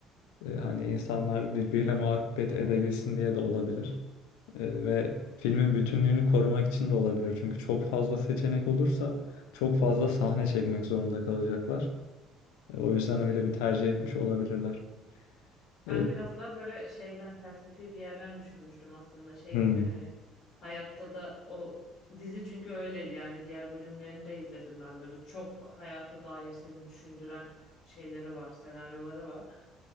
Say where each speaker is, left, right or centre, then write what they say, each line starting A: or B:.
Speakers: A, on the left; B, on the left.
A: E, hani insanlar birbiriyle muhabbet edebilsin diye de olabilir. E, ve filmin bütünlüğünü korumak için de olabilir. Çünkü çok fazla seçenek olursa çok fazla sahne çekmek zorunda kalacaklar. E, o yüzden öyle bir tercih etmiş olabilirler. E,
B: Ben biraz daha böyle şeyden felsefi bir yerden düşünmüştüm aslında şey
A: Hmm.
B: gibi hani hayatta da o dizi çünkü öyleydi yani diğer bölümlerini de izledim ben böyle çok hayata dair seni düşündüren şeyleri var senaryoları var.